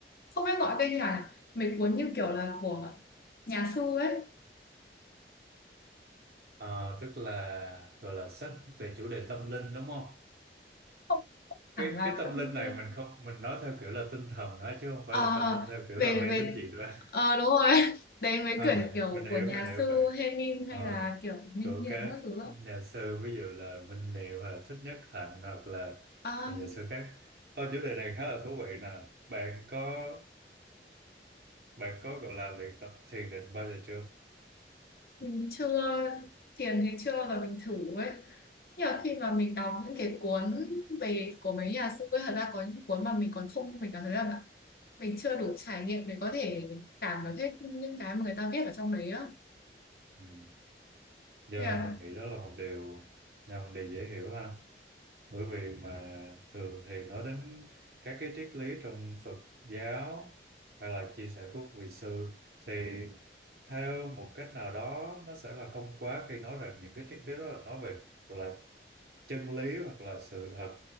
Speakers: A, on the left; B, on the right.
A: không biết gọi tên như nào nhỉ? mấy cuốn như kiểu là của nhà sư ấy
B: Ờ, tức là gọi là sách về chủ đề tâm linh đúng không?
A: không hẳn
B: Cái
A: là
B: cái tâm
A: tâm
B: linh này
A: linh
B: mình không mình nói theo kiểu là tinh thần đó chứ không phải
A: Ờ,
B: là tâm
A: ờ,
B: linh theo kiểu
A: về
B: là mê
A: về
B: tín dị đoan. <laughs>
A: ờ, đúng rồi <laughs> đấy mấy
B: À,
A: quyển kiểu
B: mình hiểu
A: của nhà
B: mình hiểu
A: sư
B: bạn.
A: Hemin hay
B: Ờ,
A: là kiểu Minh
B: của
A: Niệm
B: các
A: các thứ
B: nhà sư ví dụ là Minh Niệm hoặc là Thích Nhất Hạnh hoặc là
A: đó
B: những nhà sư khác. Ô, chủ đề này khá là thú vị nè. Bạn có bạn có gọi là luyện tập thiền định bao giờ chưa?
A: mình chưa thiền thì chưa bao giờ mình thử ấy nhưng mà khi mà mình đọc những cái cuốn về của mấy nhà sư ấy thật ra có những cuốn mà mình còn không mình cảm thấy là mình chưa đủ trải nghiệm để có thể cảm được hết những cái mà người ta viết ở trong đấy á
B: Ừ. Giờ
A: nên là
B: mình nghĩ đó là một điều là một điều dễ hiểu ha. bởi vì mà thường thì nói đến các cái triết lý trong Phật giáo hay là chia sẻ của vị sư thì theo một cách nào đó nó sẽ là không quá khi nói rằng những cái triết lý đó là nói về gọi là chân lý hoặc là sự thật